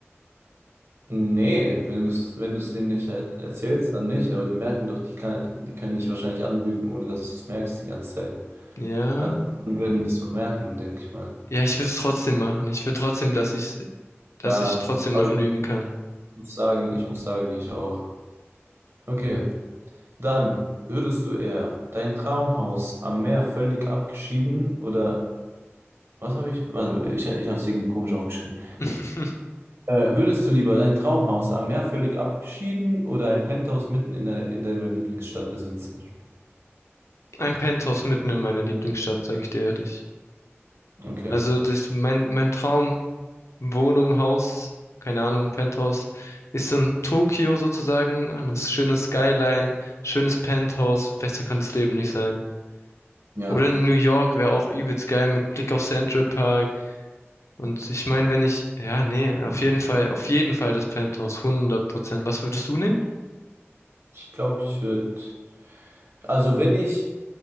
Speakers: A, on the right; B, on the left.
A: Nee, wenn du es wenn du's denen nicht er erzählst, dann nicht. Aber die merken doch, die kann, die können dich wahrscheinlich anlügen, ohne dass du es merkst die ganze Zeit.
B: Ja.
A: Also die würden dich doch merken, denke ich mal.
B: Ja, ich würde es trotzdem machen. Ich will trotzdem, dass ich, dass
A: Ja,
B: ich trotzdem
A: aber
B: noch
A: ich
B: lügen kann.
A: muss sagen, ich muss sagen, ich auch. Okay, dann würdest du eher dein Traumhaus am Meer völlig abgeschieden oder was habe ich? Warte, ich, ich habe es irgendwie komisch aufgeschrieben.
B: <laughs>
A: Äh, würdest du lieber dein Traumhaus am Meer völlig abgeschieden oder ein Penthouse mitten in, der, in deiner Lieblingsstadt besitzen?
B: Ein Penthouse mitten in meiner Lieblingsstadt, sage ich dir ehrlich.
A: Okay.
B: Also das, mein, mein Traum, Wohnung, Haus, keine Ahnung, Penthouse, ist in Tokio sozusagen, eine schöne Skyline, schönes Penthouse, besser kann das Leben nicht sein.
A: Ja.
B: Oder in New York wäre auch übelst geil mit Blick auf Central Park. Und ich meine, wenn ich, ja, nee, auf jeden Fall, auf jeden Fall das Penthouse, 100 Prozent. Was würdest du nehmen?
A: Ich glaube, ich würde. Also, wenn ich